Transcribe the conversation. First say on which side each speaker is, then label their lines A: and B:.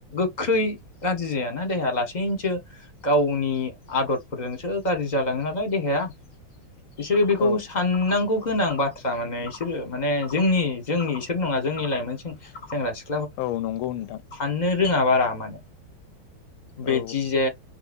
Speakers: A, on the left (about 30°); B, on the left (about 90°).
A: गोख्रै गाज्रि जायाना देहाया लासैनोसो गावनि आदरफोरजोंसो गाज्रि जालाङो नालाय देहाया। बिसोरो बेखौ
B: औ
A: साननांगौ गोनां बाथ्रा माने बिसोरो माने जोंनि जोंनि इसोर नङा जोंनि लाइमोनसिं सें सेंग्रा सिख
B: औ नंगौ नोंथां।
A: नो रोङा बारा मानोे? बेदि
B: औ
A: जे